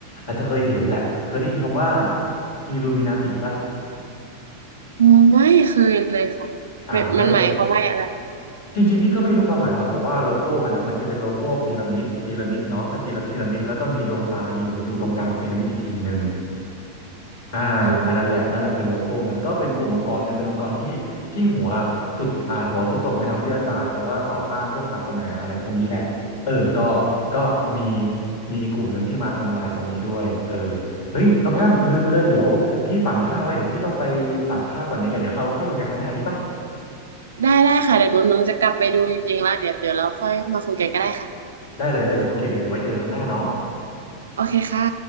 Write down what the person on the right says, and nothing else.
อ๋อไม่เคยเลยค่ะเป็นมันหมายความว่าอะไร
อืม
ได้ได้ค่ะเดี๋ยวหนูหนูจะกลับไปดูจริงๆแล้วเดี๋ยวเดี๋ยวเราค่อยมาคุยกันก็ได้ค่ะ
โอเคค่ะ